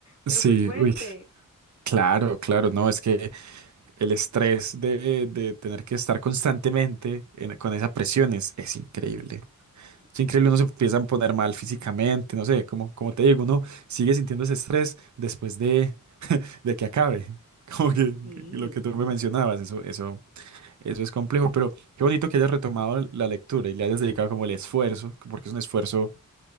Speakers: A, on the left; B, on the right.
A: Pero
B: sí,
A: fue fuerte.
B: uy. Claro, claro, no, es que el estrés de, de tener que estar constantemente en- con esas presiones es increíble. Es
A: Claro,
B: increíble, uno se empieza a poner mal físicamente, no sé, como, como te digo, uno sigue sintiendo ese estrés después de, de que acabe. <laughs> Como que
A: sí.
B: lo que tú me mencionabas, eso, eso, eso es complejo, pero qué bonito que hayas retomado la lectura y le hayas dedicado como el esfuerzo, porque es un esfuerzo